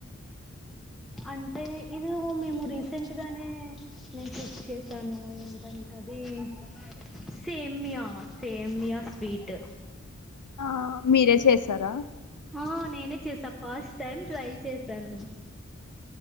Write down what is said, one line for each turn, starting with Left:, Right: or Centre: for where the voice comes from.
Centre: అంటే ఇది మేము రీసెంట్ గానే నేను చెక్ చేసాను ఏమిటంటే అ ది ఉ సేమ్య సేమ్యా స్వీట్
Left: ఆ మీరే చేస్తారా
Centre: ఆ నేనే చేసా ఫస్ట్ టైం ట్రై చేసాను